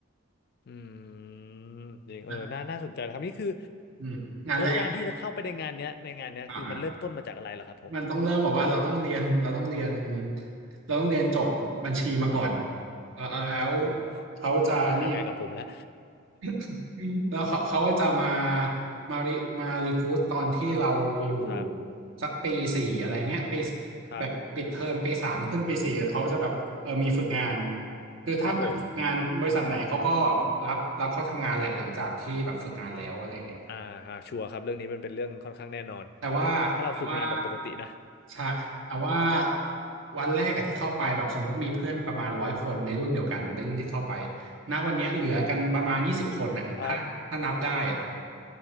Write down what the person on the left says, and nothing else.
อืมจริงเออน่าน่าสนใจนะครับนี่คือ
แล้วการที่จะเข้าไปในงานเนี้ยในงานเนี้ยคือมันเริ่มต้นมาจากอะไรเหรอครับผม
โอ้โห
อาจจะห่างไกลกับผมแล้ว
<laughs> ครับ
ครับ
ครับผม
อ่าฮะชัวร์ครับเรื่องนี้มันเป็นเรื่องค่อนข้างแน่นอน
ถ้าเราฝึกงานแบบปกตินะ
<laughs> ครับ